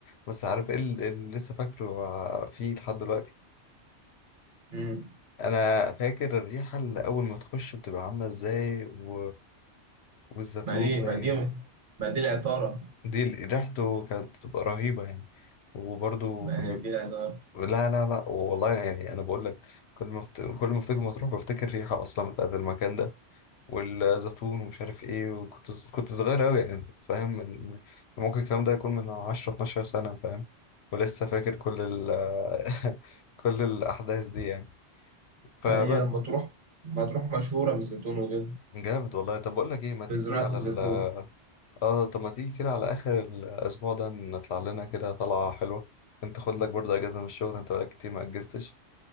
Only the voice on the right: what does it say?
مم.
ما دي
ما دي ما دي العطارة
ما
دي العطارة
ما هي مطروح مطروح مشهورة بالزيتون وكده
بزراعة
الزيتون